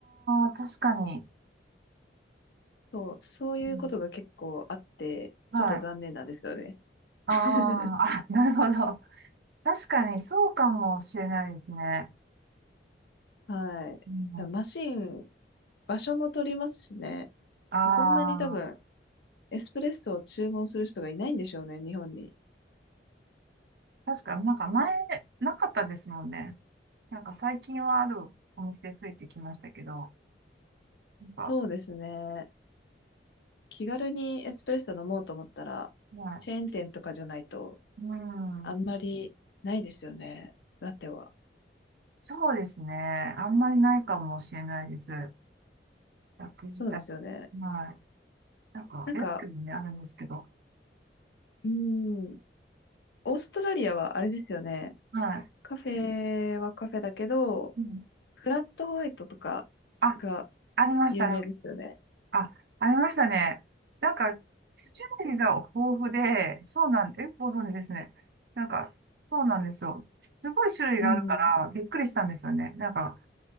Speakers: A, on the right (about 60°); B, on the left (about 70°).
A: あ、確かに。
B: そう、そういうことが結構あって、
A: うんはい。
B: ちょっと残念なんですよね。
A: ああ、
B: <laughs>
A: あ、なるほど。確かにそうかもしれないですね。
B: はい。
A: うん、
B: 多分マシン、場所も取りますしね。
A: ああ、
B: そんなに多分、エスプレッソを注文する人がいないんでしょうね、日本に。
A: 確かになんか前、なかったですもんね。なんか最近はあるお店増えてきましたけど、なんか、
B: そうですね。気軽にエスプレッソ飲もうと思ったら、
A: は
B: チェーン店とかじゃないと、
A: い。うん。
B: あんまりないですよね。ラテは。
A: そうですね。あんまりないかもしれないです。役自体。
B: そうですよね。
A: はい。なんか、
B: なんか、
A: エラクにね、あるんですけど。
B: うーん、オーストラリアはあれですよね。
A: はい。
B: カフェはカフェだけど、
A: うん、
B: フラットホワイトとか
A: あ、
B: が
A: ありましたね。
B: 有名ですよね。
A: あ、ありましたね。なんか、種類が豊富で、そうなんで、え、ご存知ですね。なんか、そうなんですよ。すごい種類があるから、
B: うん。
A: びっくりしたんですよね。なんか、